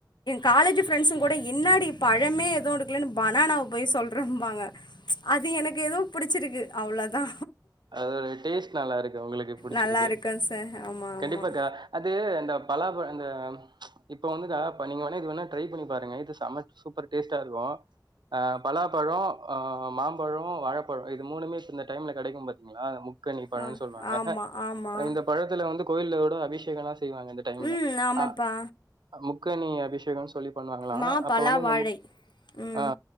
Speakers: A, on the left (about 80°); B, on the right (about 80°).
A: காலேஜ் ஃப்ரெண்ஸுங் கூட என்னாடி பழமே எதூ எடுக்லன்னு பனானாவ் போய் சொல்றம்பாங்க அது எனக்கு எதோ புடிச்சிருக்கு அவ்ளதா
B: அதோட டேஸ்ட்டு நல்லா இருக்கு அவுங்களுக்கு புடிச்சிருக்கு
A: நல்லா இருக்கும் சார் ஆமாம்
B: கண்டிப்பாக்கா
A: ஆமாம்
B: அது இந்த பலாபழ இந்த இப்ப வந்துக்கா இப்ப நீங்க வேணா இது வேணா ட்ரை பண்ணி பாருங்க இது சம சூப்பரு டேஸ்ட்டா இருக்கு ஆ பலாப்பழோ ஆ மாம்பழோ வாழப்பழோ இது மூணுமே இப்ப இந்த டைம்ல கெடைக்கும் பா த்திங்களா முக்கனி பழனு
A: ஆ
B: சொல்லுவாங்க
A: ஆமாம் ஆமாம்
B: இந்த பழத்துல வந்து கோயில்ல ஊடோ அபிஷேகளா செய்வாங்க இந்த டைம்ல
A: ம் ஆமாப்பா
B: ஆ முக்கனி அபிஷேகனு சொல்லி பண்ணுவாங்களா
A: மா
B: அப்ப
A: பலா
B: வந்து இந்த
A: வாழை
B: முக்
A: ம்
B: ஆ